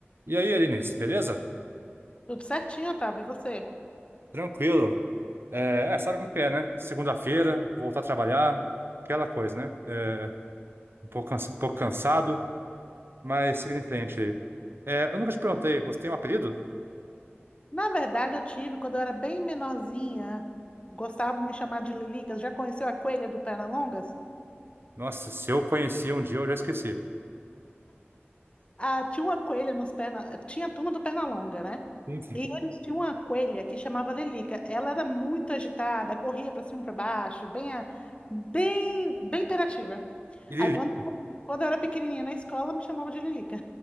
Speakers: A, on the right; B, on the left.
A: E aí, Eunice, beleza?
B: Tudo certinho, Otávio. E você?
A: Tranquilo. É, é, sabe como que é, né? Segunda-feira, voltar a trabalhar, aquela coisa, né? É, um pouco, cansa- um pouco cansado, mas seguindo em frente aí. É, eu nunca te perguntei, você tem um apelido?
B: Na verdade, eu tive, quando eu era bem menorzinha, gostavam de me chamar de Lilicas. Já conheceu a coelha do Pernalongas?
A: Nossa, se eu conhecia um dia, eu já esqueci.
B: Ah, tinha uma coelha nos perna... Tinha a turma do Pernalonga, né?
A: Enfim.
B: E eles tinham uma coelha que chamava Lilica. Ela era muito agitada, corria para cima e para baixo, bem, a- bem, bem imperativa.
A: E Lili,
B: Aí, quando, quando eu era pequenininha na escola, me chamavam de Lilica.